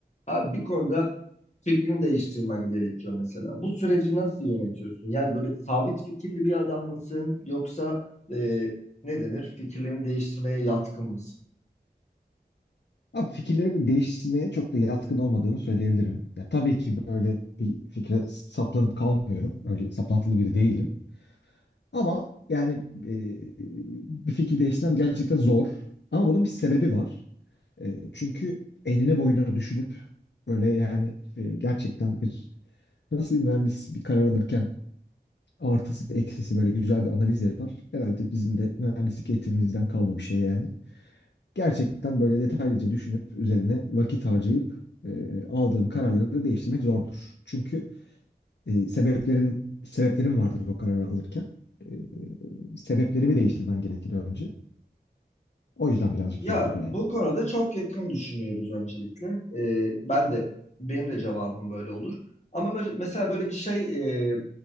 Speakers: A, on the left; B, on the left.
A: Abi bir konuda fikrini değiştirmen gerekiyor mesela. Bu süreci nasıl yönetiyorsun? Yani böyle sabit fikirli bir adam mısın yoksa e, ne denir? Fikirlerini değiştirmeye yatkın mısın?
B: Abi fikirlerimi değiştirmeye çok da yatkın olmadığımı söyleyebilirim. Ya tabii ki böyle bir fikre saplanıp kalmıyorum. Öyle saplantılı biri değilim. Ama yani e, bir fikir değiştirmem gerçekten zor. Ama bunun bir sebebi var. E, çünkü enine boyuna düşünüp böyle yani e, gerçekten bir nasıl bir mühendis bir karar alırken artısı eksisi böyle güzel bir analiz yapar. Herhalde bizim de mühendislik eğitimimizden kalma bir şey yani gerçekten böyle detaylıca düşünüp üzerine vakit harcayıp e, aldığım kararları değiştirmek zordur. Çünkü e, sebeplerin sebeplerim vardır o kararı alırken. E, sebeplerimi değiştirmen gerekir önce. O yüzden birazcık
A: Ya
B: zordur yani.
A: bu konuda çok yakın düşünüyoruz öncelikle. Ee, ben de benim de cevabım böyle olur. Ama böyle- mesela böyle bir şey e,